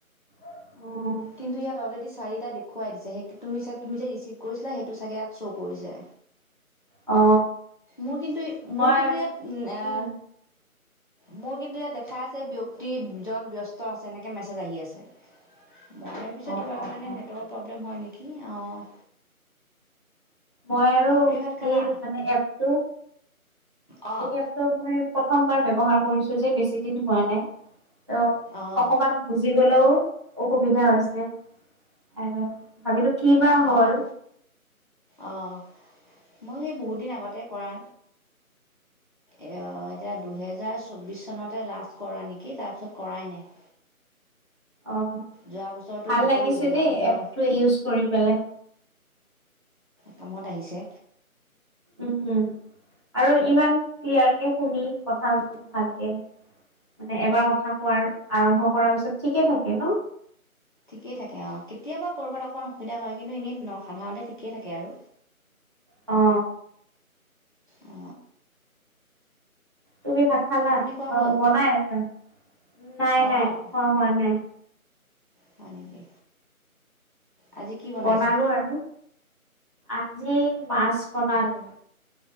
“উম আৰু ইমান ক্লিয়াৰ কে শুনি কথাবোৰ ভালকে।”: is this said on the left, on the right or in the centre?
Right